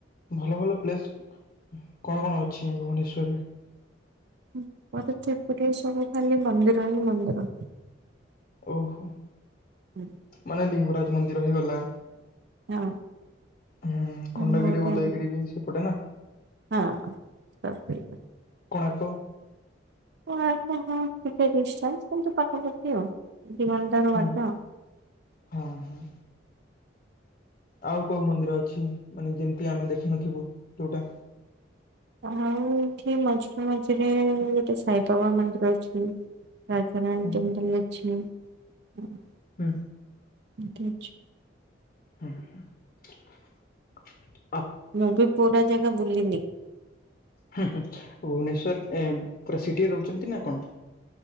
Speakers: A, on the left; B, on the right.
A: ଭଲ ଭଲ ପ୍ଲେସ୍ କଣ କଣ ଅଛି ଭୁବନେଶ୍ୱରରେ?
B: ଉପର ଚାରିପଟେ ସବୁ ଖାଲି ମନ୍ଦିର ହଁ ମନ୍ଦିର।
A: ଓହୋ।
B: ଉଁ।
A: ମାନେ ଲିଙ୍ଗରାଜ ମନ୍ଦିର ହେଇଗଲା।
B: ହଁ
A: ହୁଁ ଖଣ୍ଡଗିରି
B: ମୁଁ ଗୋଟେ
A: ଉଦୟଗିରି ବି ସେପଟେ ନା।
B: ହଁ ତପି
A: କୋଣାର୍କ।
B: କୋଣାର୍କ କୁ ଟିକ ଡିସଟାନ୍ସ କିନ୍ତୁ ପାଖାପାଖି ଆଉ ଦିଘଣ୍ଟାର
A: ହୁଁ
B: ବାଟ।
A: ହଁ ହଁ। ଆଉ କୋଉ ମନ୍ଦିର ଅଛି ମାନେ ଯେମିତି ଆମେ ଦେଖିନଥିବୁ ଯୋଉଟା?
B: ଆଉ ଏଠି ମଝିରେ ମଝିରେ ଗୋଟେ ସାଇବାବା ମନ୍ଦିର ଅଛି। <unintelligible>
A: ହୁଁ
B: ଅଛିି।
A: ହୁଁ।
B: ଠିକ୍ ଅଛି।
A: ହୁଁ।
B: ମୁଁ ବି ପୁରା ଜାଗା ବୁଲିିନି।
A: ହୁଁ ହୁଁ ଭୁବନେଶ୍ଵର ପୁରା ସିଟିରେ ରହୁଛନ୍ତି ନା କଣ?